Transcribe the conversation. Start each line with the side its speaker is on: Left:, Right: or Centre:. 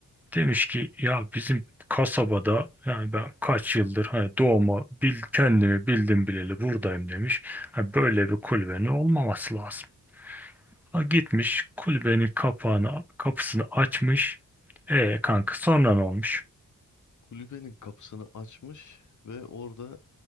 Centre: Demiş ki ya bizim kasabada yani ben kaç yıldır hani doğma bil, kendimi bildim bileli buradayım demiş. Hani böyle bir kulübenin olmaması lazım. Ha, gitmiş kulübenin kapağını kapısını açmış. E kanka sonra ne olmuş?
Left: Kulübenin kapısını açmış ve orada